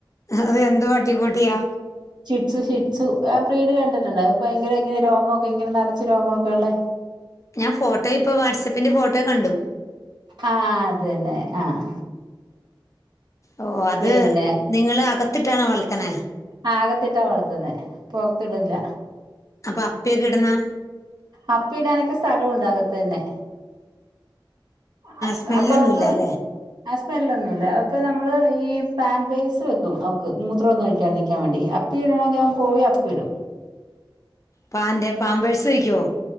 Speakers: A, on the left; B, on the right.
A: അത് എന്ത് പട്ടിക്കൂട്ടിയാ
B: ഷിസ് ഷിട്സ് ആ പി ഡ്യ കണ്ടിട്ട്ണ്ട് അ ഇപ്പ ഭയങ്കര ഇങ്ങനെ രോമോ ഒക്കെ ഇങ്ങനെ നറച്ച് രോമോ ഒക്കെ ഉള്ളെ
A: ഞാൻ ഫോട്ടോ ഇപ്പോ വാട്സപ്പിന്റെ ഫോട്ടോ കണ്ടു
B: ആഹ് അതന്നെ ആഹ്
A: ഓ അത്
B: പിന്നെ
A: നിങ്ങള് അകത്തിട്ടാണോ വളർത്തണേ
B: ആഹ് അകത്തിട്ടാ വളർത്തുന്നെ പുറത്ത് ഇടില്ല
A: അപ്പൊ അപ്പിയൊക്കെ ഇടുന്നാ
B: അപ്പിടാനൊക്കെ സ്ഥലം ഉണ്ട് അകത്ത് തന്നെ അ
A: സ്മെല്ലൊന്നുമില്ല
B: അപ്പവക്ക്
A: അല്ലേ
B: ആഹ് സ്മെല്ലൊന്നുമില്ല അതൊക്കെ നമ്മള് ഈ പാമ്പേഴ്സ് വെക്കും അവക്ക് മൂത്രമൊന്നും ഒഴിക്കാണ്ടിരിക്കാൻ വേണ്ടി പ്പിടണങ്കി അവൻ പോയി അപ്പി ഇടും.
A: പാൻ്റെ പാമ്പഴ്സ് വെക്കയൊ